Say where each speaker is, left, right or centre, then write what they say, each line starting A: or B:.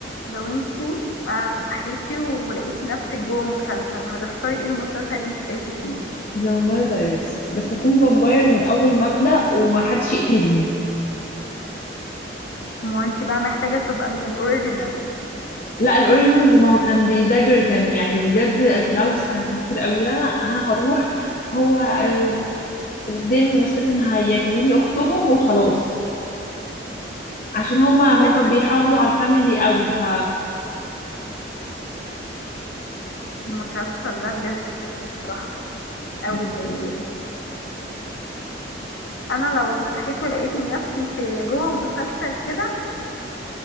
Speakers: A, on the left; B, on the left.
A: لو انتي آه، صحيتي ولقيتي نفسك جوه مسلسل هتختاري ايه المسلسل اللي انتي تعيشي فيه
B: ذا فامباير دايريز بس اكون فامباير من اول مبدأ ومحدش يقتلني
A: ما انتي بقى محتاجة تبقى من الاوريجينال
B: لا الاوريجينالز ما هو كان بيداجر ذم يعني بجد كلاوس كان حقير قوي لا انا أنا هروح هو آه، ديمون وستيفن هيعتبروني اختهم وخلاص عشان هما
A: ويحن
B: هما بيحافظوا على الفاميلي قوي ف
A: المسلسل ده بجد تحفة قوي
B: دي حقيقة
A: انا لو صحيت ولقيتني نفسي في جوه مسلسل كده